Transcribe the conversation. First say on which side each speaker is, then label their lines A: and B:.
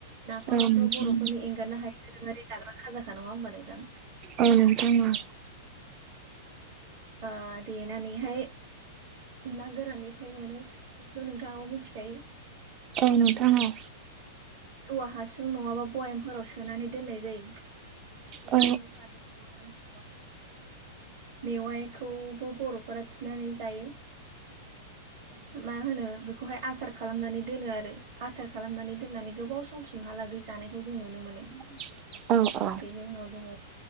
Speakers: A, on the right; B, on the right.
A: नाफामाथ'
B: औ नोंथां
A: बर'फोरनि एंगारनो हायैनो दोरोंङारि जाग्रा खाजाखा नंङा होनबा नोंथां?
B: औ नोंथां औ
A: ओ देनानैहाय ना गोराननिफ्राय मोनो खौ बो नोंथांङाबो मोनथिखायो।
B: औ नोंथां औ
A: औवा हासुं नंङाबा बयामफोराव सोनानै दोननाय जायो। बेबायदिनो
B: औ
A: <unintelligible> मेवाइखौबो बर'फोरा थिनानै जायो। मा होनो खौहाय आसार खालामनानै दोनो आरो आसार खालामनानै दोननानै गोबाव समसिमहालागै जानायखौ जों नुनो मोनो।
B: <unintelligible> औ नोंथां
A: बेनि उनाव दंङ